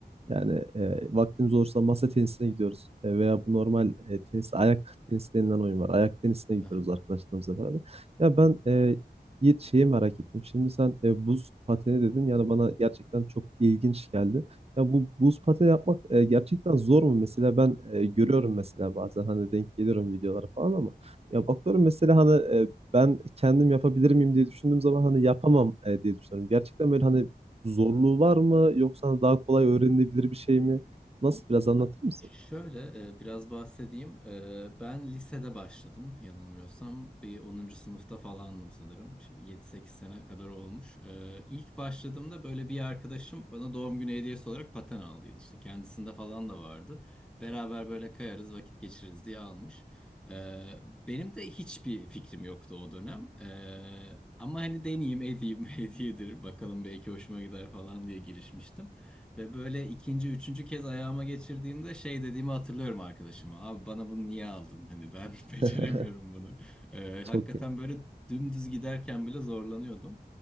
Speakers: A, on the right; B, in the centre.
A: yani e, vaktimiz olursa masa tenisine gidiyoruz. E, veya bu normal e, tenis, ayak tenisi denilen oyun var. Ayak tenisine gidiyoruz
B: Aha.
A: arkadaşlarımızla beraber. Ya ben e, Yiğit şeyi merak ettim. Şimdi sen e, buz pateni dedin. Yani bana gerçekten çok ilginç geldi. Ya bu buz pateni yapmak e, gerçekten zor mu? Mesela ben e, görüyorum mesela bazen hani denk geliyorum videolara falan ama ya bakıyorum mesela hani e, ben kendim yapabilir miyim diye düşündüğüm zaman hani yapamam e, diye düşünüyorum. Gerçekten böyle hani Zorluğu var mı yoksa daha kolay öğrenilebilir bir şey mi? Nasıl biraz anlatır
B: Ha,
A: mısın?
B: Şöyle e, biraz bahsedeyim. E, Ben lisede başladım yanılmıyorsam. Bir onuncu sınıfta falandım sanırım. Şimdi 7-8 sene kadar olmuş. E, İlk başladığımda böyle bir arkadaşım bana doğum günü hediyesi olarak paten aldıydı. İşte kendisinde falan da vardı. Beraber böyle kayarız vakit geçiririz diye almış. E, Benim de hiçbir fikrim yoktu o dönem. E, Ama hani deneyeyim edeyim <laughs> hediyedir bakalım belki hoşuma gider falan diye girişmiştim. Ve böyle ikinci, üçüncü kez ayağıma geçirdiğimde şey dediğimi hatırlıyorum arkadaşıma. Abi bana bunu niye aldın? Hani ben <laughs> beceremiyorum
A: <laughs>
B: bunu. Ee, hakikaten
A: Çok iyi.
B: böyle dümdüz giderken bile zorlanıyordum.